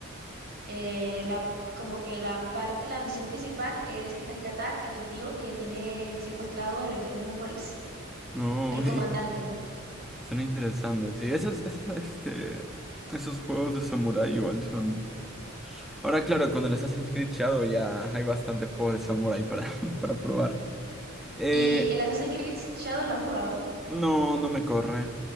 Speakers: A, on the right; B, in the centre.
A: eh, la como que la parte, la misión principal es rescatar a tu tío que tiene secuestrado al rey de los mongoles,
B: No,
A: el comandante,
B: <laughs> y
A: ¿no?
B: son interesantes. Sí, esas, esas, este, esos juegos de samurai igual son. Ahora, claro, con el Assassin's Creed Shadow ya hay bastantes juegos de samurai para, <laughs> para probar. Eh,
A: Y el Assassin's Creed Shadow lo he jugado,
B: no, no me corre.